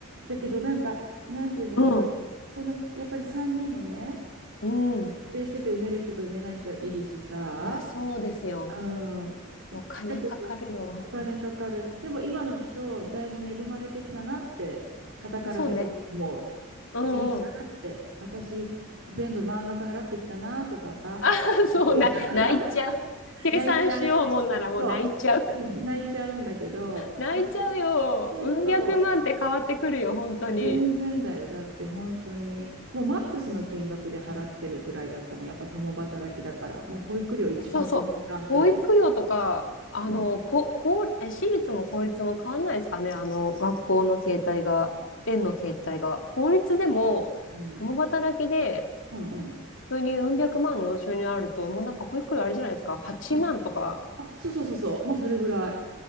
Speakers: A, on the right; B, on the left.
A: だけどなんか、なんていうのかな。
B: う。
A: そんな、やっぱり3人もね、
B: うん。うん。
A: 予定してて埋める人と埋めない人いるしさ、
B: いや、そうですよ。
A: うん。
B: お金かかるよ。
A: だけど、お金かかる。でも今の人、だいぶ恵まれてきたなって、傍から見てもう
B: そうね。うん
A: いいなって、私、全部満額払ってきたなとかさ、
B: <laughs> そうな、
A: 思うじゃん。<laughs>
B: 泣いちゃう。計算しようもんならもう泣いちゃう。
A: 泣いちゃう。そう。うん、泣いちゃうんだけど、
B: 泣いちゃうよ。
A: あ、そうそ
B: うん百万って変わってくるよ、本当に。
A: う。全然だよ。だって本当に、もうマックスの金額で払ってるくらいだったもん。やっぱ共働きだから、もう保育料一番上のランクだよね。
B: そうそう。保育料とか、あの、
A: うん。
B: こ、こう、え私立も公立も変わんないですかね、あの、学校の形態が、園の形態が。公立でも、
A: うん。
B: 共働きで、
A: うんうん。
B: 普通にうん百万の収入あると、もうなんか保育料あれじゃないですか、8万とか。
A: うんあ、そうそうそうそう、もうそれぐらい。